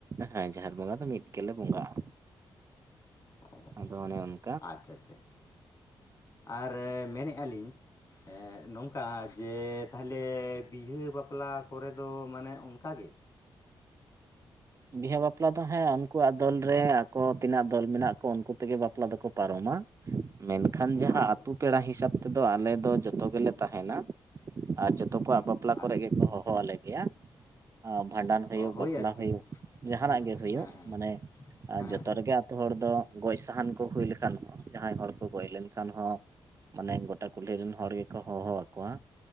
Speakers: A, on the right; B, on the left.
A: ᱦᱮᱸ ᱡᱟᱦᱮᱨ ᱵᱚᱸᱜᱟ ᱫᱚ ᱢᱤᱫ ᱜᱮᱞᱮ ᱵᱚᱸᱜᱟ ᱟ᱾
B: ᱚ ᱟᱪᱪᱷᱟ
A: ᱟᱫᱚ ᱚᱱᱮ ᱚᱱ
B: ᱟᱪᱪᱷᱟ ᱟᱪᱷᱟ ᱪᱷᱟ ᱟᱨ ᱢᱮᱱᱮ ᱟᱞᱤᱧ ᱮ ᱱᱚᱝ ᱠᱟ ᱡᱮ ᱛᱟᱦᱤᱞᱮ ᱵᱤᱦᱟᱹ ᱵᱟᱯᱞᱟ ᱠᱚᱨᱮ ᱫᱚ ᱢᱟᱱᱮ ᱚᱱᱠᱟᱜᱮ᱾
A: ᱵᱤᱦᱟᱹ ᱵᱟᱯᱞᱟ ᱫᱚ ᱦᱮᱸ ᱩᱱᱠᱩᱣᱟᱜ ᱫᱚᱞ ᱨᱮ ᱟᱠᱚ ᱛᱤᱱᱟᱹᱜ ᱫᱚᱞ ᱢᱮᱱᱟᱜ ᱠᱚ ᱩᱱᱠᱩ ᱛᱮᱜᱮ ᱵᱟᱯᱞᱟ ᱫᱚᱠᱚ ᱯᱟᱨᱚᱢᱟ ᱢᱮᱱᱠᱷᱟᱱ
B: ᱚ
A: ᱡᱟᱦᱟᱸ
B: ᱟᱪᱪᱷᱟ
A: ᱟᱹᱛᱩ
B: ᱟᱪᱪᱷᱟ
A: ᱯᱮᱲᱟ ᱦᱤᱥᱟᱹᱵ ᱛᱮᱫᱚ ᱟᱞᱮᱚ ᱡᱚᱛᱚ ᱜᱮᱞᱮ ᱛᱟᱦᱮᱱᱟ ᱟᱨ ᱡᱚᱛᱚ ᱠᱚᱣᱟᱜ ᱵᱟᱯᱞᱟ
B: ᱟᱪᱪᱷᱟ
A: ᱠᱚᱨᱮ ᱜᱮᱠᱚ
B: ᱟᱪᱪᱷᱟ
A: ᱦᱚ ᱦᱚ ᱟᱞᱮ ᱜᱮᱭᱟ ᱟ ᱵᱷᱟᱸᱰᱟᱱ ᱦᱩᱭᱩᱜ,
B: ᱚ ᱦᱳᱭ
A: ᱵᱟᱯᱞᱟ
B: ᱟᱨᱠᱤ
A: ᱦᱩᱭᱩᱜ ᱡᱟᱦᱟᱸᱱᱟᱜ
B: ᱦᱮᱸ
A: ᱜᱮ ᱦᱩᱭᱩᱜ
B: ᱦᱮᱸ ᱦᱮᱸ
A: ᱢᱟᱱᱮ ᱟᱨ
B: ᱦᱮᱸ
A: ᱡᱚᱛᱚ ᱨᱮᱜᱮ ᱟᱛᱳ ᱦᱚᱲ ᱫᱚ ᱜᱚᱡ ᱥᱟᱦᱟᱱ ᱠᱚ ᱦᱩᱭ ᱞᱮᱠᱷᱟᱱ ᱦᱚᱸ ᱡᱟᱸᱦᱟᱭ ᱦᱚᱲ ᱠᱚ ᱜᱚᱡ ᱞᱮᱱᱠᱷᱟᱱ ᱦᱚᱸ ᱢᱟᱱᱮ ᱜᱚᱴᱟ ᱠᱩᱞᱦᱤ ᱨᱮᱱ ᱦᱚᱲ ᱜᱮᱠᱚ ᱦᱚᱦᱚ ᱟᱠᱚᱣᱟ᱾